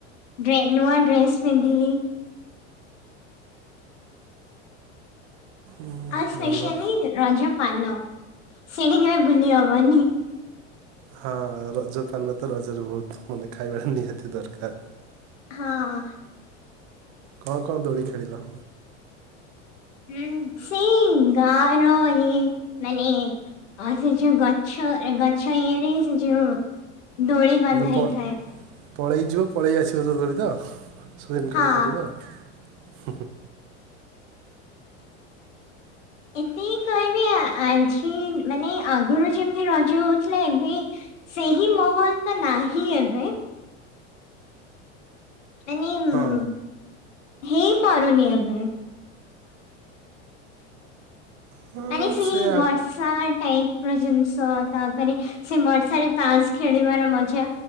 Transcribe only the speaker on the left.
ଡ୍ରେ ନୂଆ ଡ୍ରେସ ପିନ୍ଧିଲି।
ଆଉ ସ୍ପେଶାଲି
ରଜ ପାନ ସେଇ ଟା କେଵେ ଭୁଲି ହବନି।
ହଁ।
ଉଁ ସେଇ ଗାଁ ର ଇ ମାନେ ଅ ସେ ଯୋଉ ଗ ଛ ଗଚ୍ଛ ଇଏ ରେ ସେ ଯୋଉ ଦୋଳି ବାନ୍ଧା
ହେଇଥାଏ।
ହଁ
ଏତିକ କହିବି ଆ ଆଜି ମାନେ ଆଗୁରୁ ଯେମିତି ରଜ ହଉଥିଲା ଏବେ ସେହି ମହଲ ତ ନାହିଁ ଏବେ। ମାନେ ଉଁ
ହେଇ ପାାରୁୁନି ଏବେ।
ମାନେ ସେଇ
ବର୍ଷା
ଟାଇପ୍ ର ଜିନିଷ୍ ତାପରେ ସେ ବର୍ଷା ରେ ତାସ୍ ଖେଳିବାର ମଜା